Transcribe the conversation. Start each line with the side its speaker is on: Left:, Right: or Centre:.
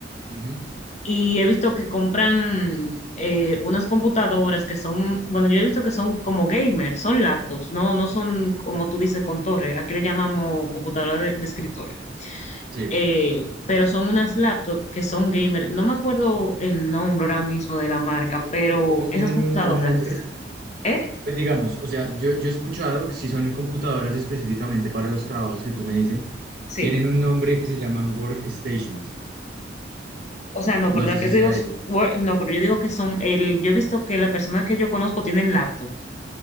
Right: ujú,
Left: Y he visto que compran eh, unas computadoras que son, bueno, yo he visto que son como gamers, son laptops, no, no son como tú dices con torre, aquí le llamamos computadora de, de escritorio
Right: sí,
Left: eh, pero son unas laptops que son gamer. No me acuerdo el nombre ahora mismo de la marca,
Right: eso, eso-
Left: pero
Right: esos tienen
Left: esas computadoras,
Right: un, un nombre.
Left: ¿eh?
Right: Pues digamos, o sea, yo, yo he escuchado que si son computadoras específicamente para los trabajos que tú me dicen,
Left: Sí.
Right: tienen un nombre que se llaman workstations.
Left: O sea, no, pero
Right: No
Left: la
Right: sé
Left: que
Right: si
Left: te digo,
Right: sea
Left: es
Right: ese.
Left: Word- no, pero yo digo que son, el, yo he visto que la persona que yo conozco tienen laptop.